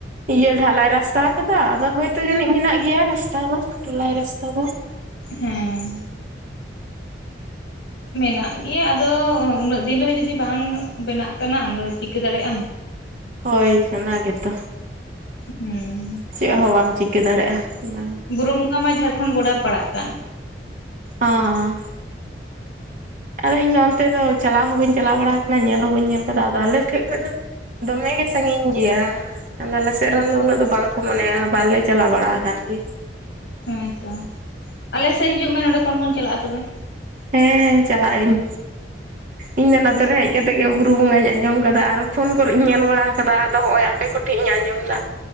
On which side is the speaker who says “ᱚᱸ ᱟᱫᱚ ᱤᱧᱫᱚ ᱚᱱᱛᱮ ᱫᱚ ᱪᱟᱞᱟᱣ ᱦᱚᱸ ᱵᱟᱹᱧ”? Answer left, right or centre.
Right